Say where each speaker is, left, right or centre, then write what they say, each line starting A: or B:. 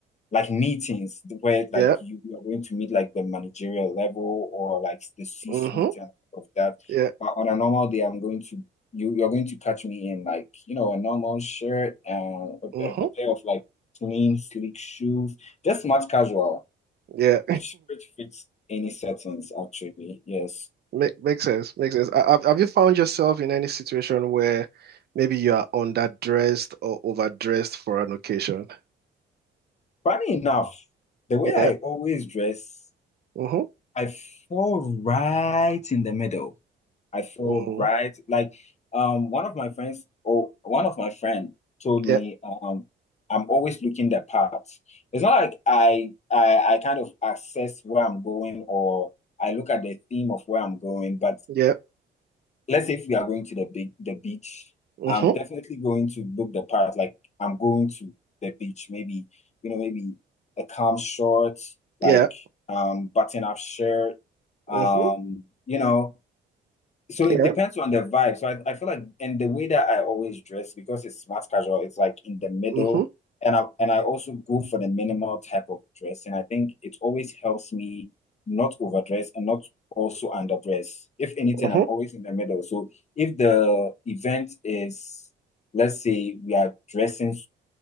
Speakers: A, on the left (about 35°); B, on the right (about 55°).
A: like meetings where like
B: yeah,
A: you you are going to meet like the managerial level or like the C-suite
B: mhm,
A: and of that.
B: yeah,
A: But on a normal day, I'm going to you you're going to catch me in like you know a normal shirt and a-
B: mhm,
A: a pair of like clean sleek shoes, just smart casual,
B: yeah,
A: which which fits any settings actually. Yes.
B: Make, makes sense. Makes sense. Ha- Have, have you found yourself in any situation where maybe you are underdressed or overdressed for an occasion?
A: Funny enough, the way
B: Yeah.
A: I always dress,
B: Mm-hmm.
A: I fall right in the middle. I feel
B: Mm-hmm.
A: right. Like um one of my friends or one of my friend told
B: Yeah.
A: me um I'm always looking the part. It's not like I I I kind of assess where I'm going or I look at the theme of where I'm going, but
B: Yeah.
A: let's say if we are going to the big the beach,
B: Mm-hmm.
A: I'm definitely going to book the part. Like I'm going to the beach, maybe, you know, maybe a calm short, like
B: Yeah.
A: um button up shirt, um,
B: Mm-hmm.
A: you know. So it
B: Yeah.
A: depends on the vibe. So I, I feel like and the way that I always dress because it's smart casual, it's like in the middle.
B: Mm-hmm.
A: And I and I also go for the minimal type of dress. And I think it always helps me not overdress and not also underdress. If anything,
B: Mm-hmm.
A: I'm always in the middle. So if the event is, let's say we are dressing